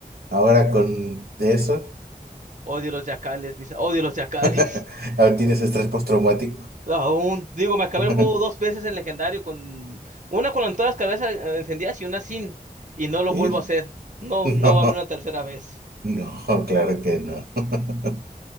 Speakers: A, on the right; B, on the right.
A: Ahora con eso,
B: Odio los yacales, Misa. Odio los yacales.
A: <laughs> ahora tienes estrés postraumático.
B: <laughs> Aún. Digo, me acabé
A: <laughs>
B: el juego dos veces en legendario con una con todas las cabezas eh, encendidas y una sin. Y no lo
A: Y
B: vuelvo a hacer. No,
A: no,
B: no va a haber una tercera vez.
A: no, claro que no. <laughs>